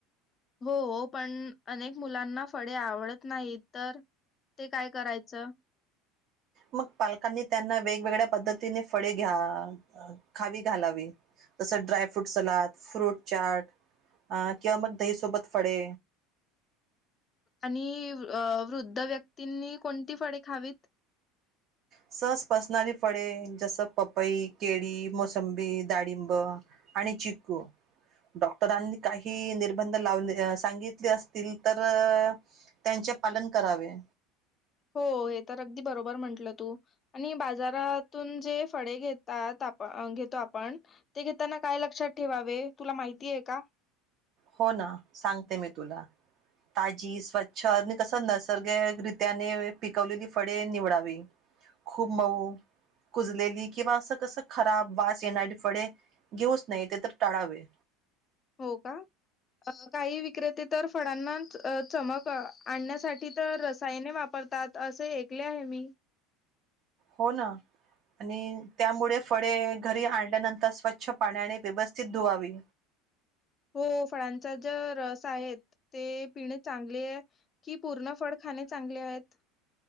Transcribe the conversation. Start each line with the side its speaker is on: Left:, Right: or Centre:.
Left: हो पण अनेक मुलांना फळे आवडत नाही तर ते काय करायचं?
Right: मग पालकांनी त्यांना वेगवेगळ्या पद्धतीने फळे घ्या खावी घालावी तसं dry fruit salad, fruit chaat किंवा मग दहीसोबत फडे
Left: आणि वृद्ध व्यक्तींनी कोणती फडे खावीत?
Right: सहज पचसणारी फडे, जसं पपई, केळी, मोसंबी, दाडिंब आणि चिक्कू डॉक्टरांनी काही निर्बंध लावले, सांगितले असतील तर्र त्यांचे पालन करावे.
Left: हो हे तर अगदी बरोबर म्हंटलं तू. आणि बाजारातून जे फडे घेतात आप घेतो आपण ते घेताना काय लक्षात ठेवावे तुला माहितीय का?
Right: हो ना, सांगते मी तुला. ताजी, स्वच्छ, आणि तसं नसर्गिक रित्याने पिकवलेली फडे निवडावी. खूप मऊ कुजलेली किंवा असं कसं खराब, वास येणारी फडे घेऊच नये तेतर टाळावे.
Left: हो का? अ, काही विक्रेते तर फडांना चमक आणण्यासाठी तर सायने वापरतात. तसे ऐकले आहे मी.
Right: हो ना आणि त्यामुळे फडे घरी आणल्यानंतर स्वच्छ पाण्याने व्यवस्थित धुवावी.
Left: हो, फळांचा ज रस आहेत ते पिणे चांगले आए? की पूर्ण फड खाणे चांगले आहेत?